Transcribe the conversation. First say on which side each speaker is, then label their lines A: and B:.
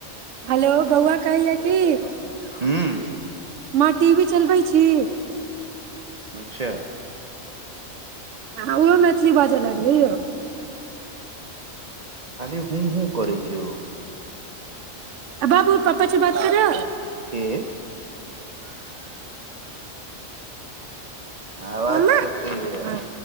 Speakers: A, on the right; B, on the right.
A: हेलो बौआ
B: <unintelligible>
A: कहैया की
B: हँ
A: माँ टी वी चलबैत छी
B: अच्छा
A: हँ ओहो मैथिली बाजय लगलै यौ
B: खाली हू शू करै छी ओ
A: अ बाब पपा से बात करे
B: के आवाज
A: मम्मा
B: कट य
A: हँ